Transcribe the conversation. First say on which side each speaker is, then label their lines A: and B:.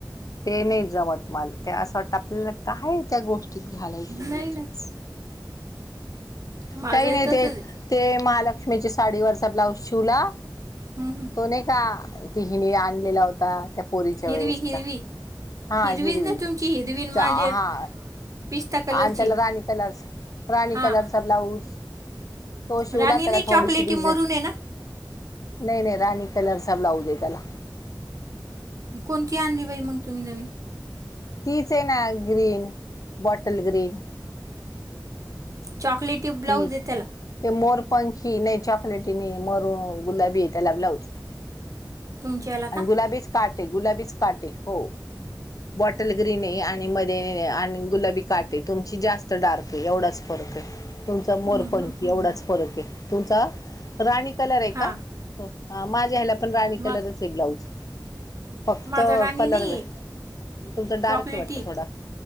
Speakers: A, on the left; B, on the right.
A: ते नाही जमत माल ते अस <unintelligible> आपल्याला काय त्या गोष्टीत घालायच
B: नाही
A: इंटरे
B: ना
A: <unintelligible>
B: माझं
A: काही नाही
B: तसंच
A: ते
B: आहे
A: ते महालक्ष्मीच्या साडीवरचा ब्लाऊज शिवला
B: हम्म हम्म
A: तो नाही का तिहीने आणलेला होता त्या पोरीच्या
B: हिरवी
A: वेळेसचा
B: हिरवी
A: हा
B: हिरवीच
A: हिरवी
B: ना तुमची हिरवी न माझे
A: हा
B: पिस्ता कलरची
A: आणि त्याला राणी कलर्स प्राणी
B: हा
A: कलरचा ब्लाऊज तो शिवला
B: राणी
A: त्याला
B: नाही
A: थोडीशी
B: चॉकलेटी
A: डिझेन
B: मरून आहे ना
A: नाही नाही राणी कलरचा ब्लाऊज आहे त्याला
B: कोणती आणली बाई मग तुम्ही नवीन
A: तीच आहे ना ग्रीन बॉटल ग्रीन
B: चॉकलेटी ब्लाऊज
A: तीच
B: येत त्याला
A: ते मोरपंखी नाही चॉकलेटीने मोर गुलाबीत त्याला ब्लाउज
B: तुमच्या याला का
A: आणि गुलाबीच काटे गुलाबीच काटे हो बॉटल ग्रीन आहे आणि म आणि गुलाबी काटे तुमची जास्त डार्क आहे एवढाच फरक आहे तुमचा मोर
B: हम्म, हम्म,
A: पण
B: हम्म,
A: क एवढाच
B: हम्म.
A: फरक आहे तुमचा राणी कलर आहे
B: हां
A: का माझ्या ह्याला पण राणी कलरच
B: मग
A: आहे ब्लाऊज फक्त
B: माझा राणी
A: कलर
B: नाही आहे
A: तुमच डार्क
B: चॉकलेटी
A: आहे वाटत थोडा